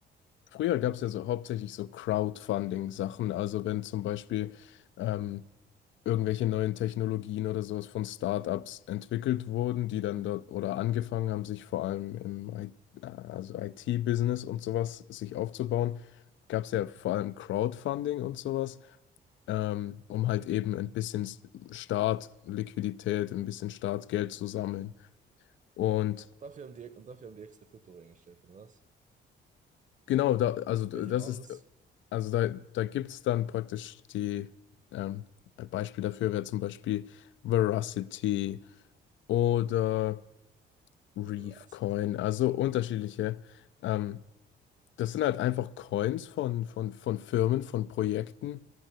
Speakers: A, on the left; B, on the right.
A: früher gab es ja so hauptsächlich so Crowdfunding-Sachen. Also wenn zum Beispiel ähm, irgendwelche neuen Technologien oder sowas von Startups entwickelt wurden, die dann dort oder angefangen haben, sich vor allem im I- also IT-Business und sowas sich aufzubauen, gab es ja vor allem Crowdfunding und sowas, ähm, um halt eben ein bisschen S- Startliquidität, ein bisschen Startgeld zu sammeln. Und
B: Dafür haben die, und dafür haben die extra Krypto reingestellt, oder was?
A: genau, da, also d-
B: Welche
A: das
B: waren
A: ist,
B: das?
A: also da, da gibt es dann praktisch die, ähm, ein Beispiel dafür wäre zum Beispiel Veracity oder Reef
B: Veracity.
A: Coin, also unterschiedliche. Ähm, das sind halt einfach Coins von, von, von Firmen, von Projekten,